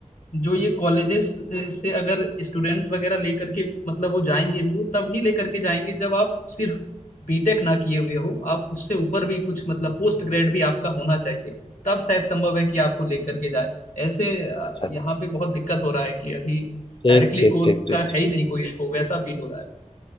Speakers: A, on the left; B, on the left.
A: जो ये कॉलेजेस से अगर स्टूडेंट्स वगैरह लेकर के मतलब वो जाएंगे भी वो तभी लेकर के जाएंगे जब आप सिर्फ बीटेक ना किए हुए हो आप उससे ऊपर भी कुछ मतलब पोस्ट ग्रेड भी आपका होना चाहिए तब शायद संभव है कि आपको लेकर के जाए ऐसे अ,
B: अच्छा
A: यहाँ पे बहुत दिक्कत हो रहा है कि अभी
B: ठीक
A: डायरेक्टली
B: ठीक
A: कोर
B: ठीक ठीक
A: का है ही नहीं कोई स्कोप ऐसा फील हो रहा है